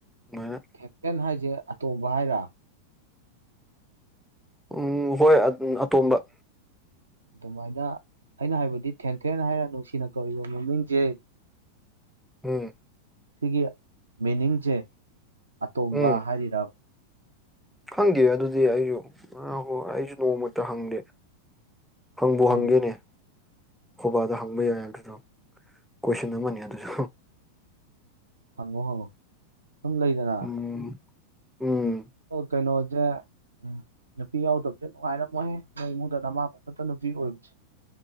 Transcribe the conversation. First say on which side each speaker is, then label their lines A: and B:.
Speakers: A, in the centre; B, on the right.
A: ꯃꯥ
B: ꯊꯦꯆꯦꯟ ꯍꯥꯏꯁꯦ ꯑꯇꯣꯧꯕ ꯍꯥꯏꯔ
A: ꯎꯝ ꯍꯣꯏ ꯑꯇꯣꯝꯕ
B: ꯑꯗꯨꯃꯥꯏꯅ ꯑꯩꯅ ꯍꯥꯏꯕꯗꯤ ꯊꯦꯡꯊꯦꯡꯅ ꯍꯥꯏꯔ ꯅꯨꯡꯁꯤꯅ ꯀꯧꯔꯤꯕ ꯃꯃꯤꯡꯁꯦ
A: ꯎꯝ꯫
B: ꯁꯤꯒꯤ ꯃꯤꯅꯤꯡꯁꯦ ꯑꯇꯣꯝꯕ
A: ꯎꯝ
B: ꯍꯥꯏꯔꯤꯔꯥ꯫
A: ꯈꯪꯗꯦ ꯑꯗꯨꯗꯤ ꯑꯩꯁꯨ ꯍꯣꯏ ꯑꯩꯁꯨ ꯅꯣꯡꯃꯛꯇ ꯍꯪꯗꯦ꯫ ꯍꯪꯕꯨ
B: ꯎꯝ
A: ꯍꯪꯒꯦꯅꯦ꯫ ꯍꯣꯕꯥꯗ ꯍꯪꯕ ꯌꯥꯏ ꯑꯗꯨꯗꯣ ꯀꯣꯏꯁꯟ ꯑꯃꯅꯤ ꯑꯗꯨꯁꯨ꯫
B: ꯍꯪꯉꯣ ꯍꯉꯣ ꯁꯨꯝ ꯂꯩꯗꯅ꯫
A: ꯎꯝ ꯎꯝ꯫
B: ꯗꫭ ꯀꯩꯅꫭꯖꯦ ꯎꯝ ꯅꯨꯄꯤ ꯌꯥꯎꯗꯕꯁꯦ ꯅꯨꯡꯉꯥꯏꯔꯝꯃꯣꯏꯍꯦ ꯅꯣꯏ ꯏꯃꯨꯡꯗ ꯅꯃꯥ ꯃꯊꯟꯇ ꯅꯨꯄꯤ ꯑꯣꯏꯕꯁꯦ꯫